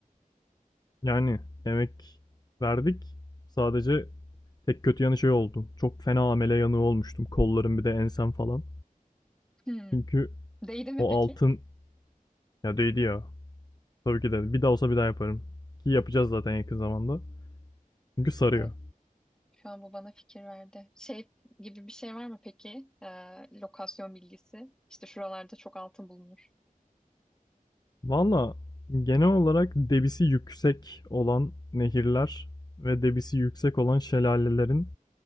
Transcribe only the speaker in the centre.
Hı.
Değdi mi
peki?
Evet, şu an bu bana fikir verdi. Şey gibi bir şey var mı peki? Ee, lokasyon bilgisi. İşte şuralarda çok altın bulunur.